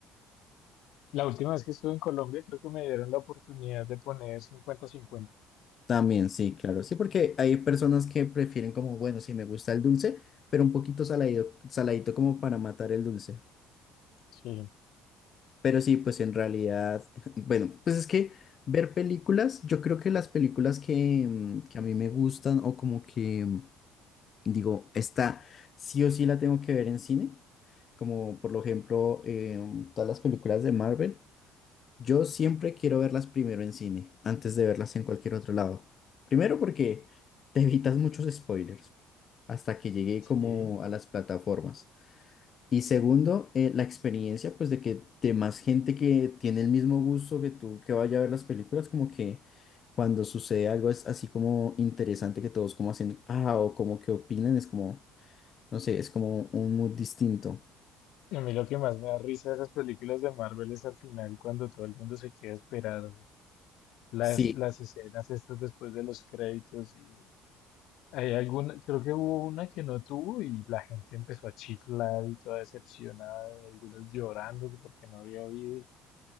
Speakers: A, on the left; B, on the left.
A: La última vez que estuve en Colombia, creo que me dieron la oportunidad de poner 50-50.
B: También, sí, claro. Sí, porque hay personas que prefieren como, bueno, sí me gusta el dulce, pero un poquito saladido, saladito como para matar el dulce.
A: Sí.
B: Pero sí, pues en realidad, <laughs> bueno, pues es que ver películas, yo creo que las películas que, mm, que a mí me gustan o como que mm, digo, esta sí o sí la tengo que ver en cine, como por lo ejemplo eh, todas las películas de Marvel. Yo siempre quiero verlas primero en cine, antes de verlas en cualquier otro lado. Primero porque te evitas muchos spoilers hasta que llegue
A: Sí.
B: como a las plataformas. Y segundo, eh, la experiencia pues de que de más gente que tiene el mismo gusto que tú que vaya a ver las películas, como que cuando sucede algo es así como interesante que todos como hacen, ah, o como que opinan, es como, no sé, es como un mood distinto.
A: A mí lo que más me da risa de esas películas de Marvel es al final cuando todo el mundo se quiere esperar las,
B: Sí,
A: las escenas estas después de los créditos y hay alguna, creo que hubo una que no tuvo y la gente empezó a chiflar y toda decepcionada, algunos llorando que porque no había habido.